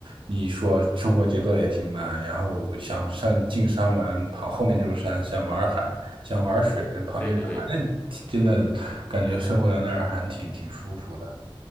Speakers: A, on the right; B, on the left.
A: 你说生活节奏也挺慢，然后想上进山玩，旁后面就是山，想玩海，想玩水，那旁边是海，
B: 对对对，
A: 那挺真的感觉生活在那儿还挺挺舒服的。